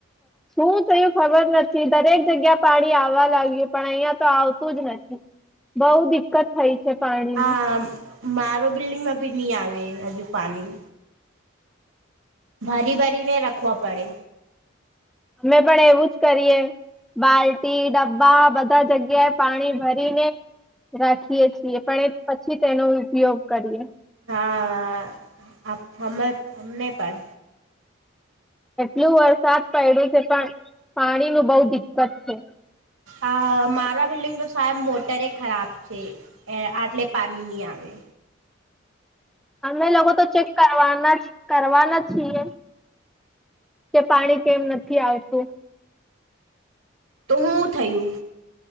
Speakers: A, in the centre; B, on the right (about 80°).
A: શું થયું ખબર નથી, દરેક જગ્યા પાણી આવવા લાગ્યું પણ ઐયા તો આવતું જ નથી બહુ, દિકકત થઈ. છે પાણીની
B: આ મારો બિલ્ડિંગમા ભી નહી, આવે હજુ પાણી ભારી, ભરીને રાખવા પડે.
A: અમે પણ એવુજ, કરીએ બાલટી ડબ્બા, બધા જગ્યાએ પાણી ભરીને રાખીએ છીએ પણ, એ પછી તેનો ઉપયોગ કરીએ
B: હા, અમે અમને પણ
A: એટલું વરસાદ પડ્યો છે, પણ પાણી નું બહુ દિકકત છે.
B: આ મારા બિલ્ડિંગ તો શાયદ મોટરે ખરાબ છે, આટલે પાણી નહી આવે.
A: અમે લોકો તો ચેક કરવાના કરવાના છીએ કે પાણી કેમ નથી આવતું
B: તો હું થયું